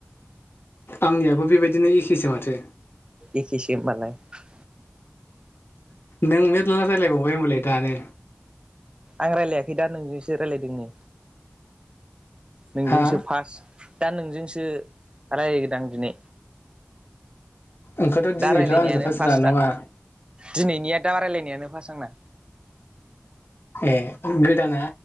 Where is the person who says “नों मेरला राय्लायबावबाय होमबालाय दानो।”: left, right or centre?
Left